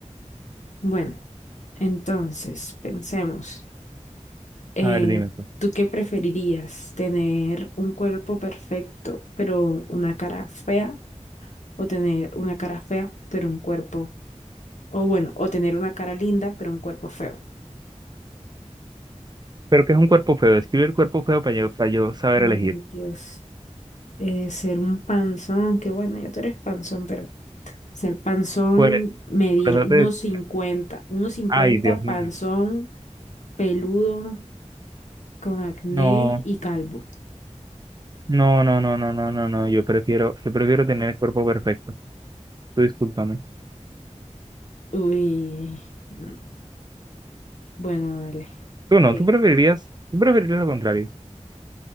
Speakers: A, on the left; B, on the right.
A: Bueno, entonces, pensemos. Eh,
B: a ver, dime pues.
A: ¿tú qué preferirías? ¿Tener un cuerpo perfecto, pero una cara fea? ¿O tener una cara fea, pero un cuerpo... O bueno, o tener una cara linda, pero un cuerpo feo?
B: Pero que es un cuerpo feo, escribe el cuerpo feo para yo, para yo saber
A: Ay,
B: elegir.
A: Dios. eh, ser un panzón, que bueno, ya tú eres panzón, pero ser panzón,
B: Por,
A: medir
B: por eso
A: unos
B: te decía,
A: cincuenta unos cincuenta
B: ay, Dios mío.
A: panzón, peludo, con acné
B: No,
A: y calvo.
B: no, no, no, no, no, no, no, yo prefiero, yo prefiero tener el cuerpo perfecto. Tú discúlpame.
A: Uy, mm, bueno, dale.
B: Tú no,
A: Eh,
B: tú preferirías, tú preferirías lo contrario.